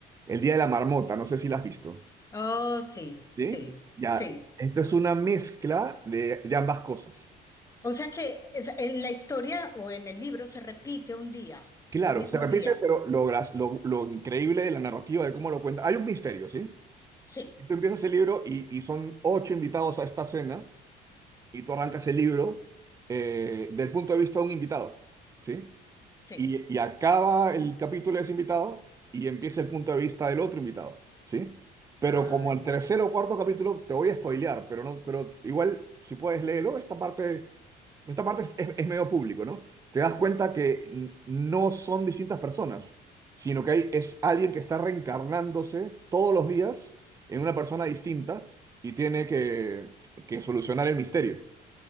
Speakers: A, on the right; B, on the left.
A: El Día de la Marmota, no sé si la has visto,
B: Oh, sí,
A: ¿sí?
B: sí,
A: Ya,
B: sí.
A: esto es una mezcla de, de ambas cosas.
B: O sea que es- en la historia o en el libro se repite un día,
A: Claro,
B: el mismo
A: se repite,
B: día.
A: pero lo gras, lo, lo increíble de la narrativa, de cómo lo cuenta. Hay un misterio, ¿sí?
B: Sí,
A: Y tú empiezas el libro y, y son ocho invitados a esta cena y tú arrancas el libro eh, del punto de vista de un invitado, ¿sí?
B: sí.
A: Y, y acaba el capítulo de ese invitado y empieza el punto de vista del otro invitado, ¿sí? Pero
B: Ah,
A: como el
B: ya.
A: tercer o cuarto capítulo, te voy a spoilear, pero, no, pero igual, si puedes léelo, esta parte, esta parte es, es- es medio público, ¿no? Te das cuenta que n- no son distintas personas, sino que hay, es alguien que está reencarnándose todos los días en una persona distinta y tiene que, que solucionar el misterio